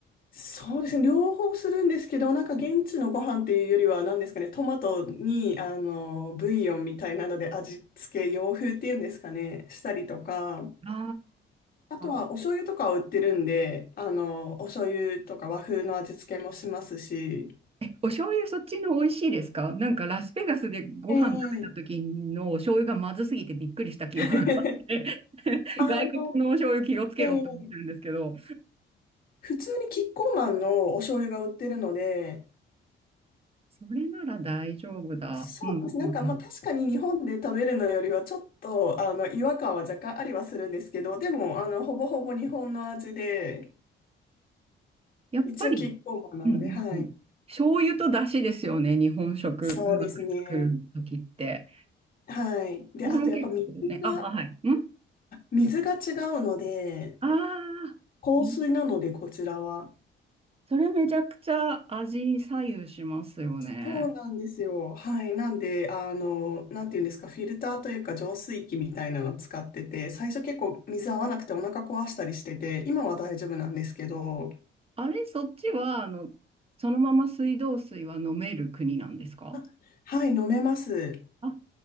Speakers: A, on the left; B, on the right.
A: そうですね。両方するんですけど、なんか現地のご飯っていうよりは、何ですかね、トマトに、あの、ブイヨンみたいなので味付け、洋風っていうんですかね、したりとか、
B: あ
A: あとはお醤油とかを売ってるんで、
B: あー、
A: あの、お醤油とか和風の味付けもしますし、
B: お醤油そっちの美味しいですかなんかラスベガスでご飯食べた時のお醤油がまずすぎてびっくりした記憶があって
A: ええ <laughs>
B: <laughs>
A: あの、
B: 外国のお醤油気をつけろって思ってるんですけど、
A: ええ普通にキッコーマンのお醤油が売ってるので、
B: それなら大丈夫だ。
A: そうです。
B: うんうんうん。
A: なんかまあ確かに日本で食べるのよりはちょっとあの違和感は若干ありはするんですけど、でもあのほぼほぼ日本の味で、
B: やっぱり
A: 一応キッコーマンなので、
B: うんうんうん。
A: はい。
B: 醤油と出汁ですよね、日本食うまく作るときって。
A: そうですね。はい。で、
B: 私も結構ね、
A: あとやっぱ水が、
B: あ、あはい。ん
A: 水が違うので、
B: ああー、
A: 硬水なのでこちらは。
B: み、それめちゃくちゃ味に左右しますよね。
A: そうなんですよ。はい。なんで、あの、なんていうんですか、フィルターというか浄水器みたいなの使ってて、最初結構水合わなくてお腹壊したりしてて、今は大丈夫なんですけど、
B: あれ、そっちは、あの、そのまま水道水は飲める国なんですか
A: あ、はい、飲めます。
B: あ、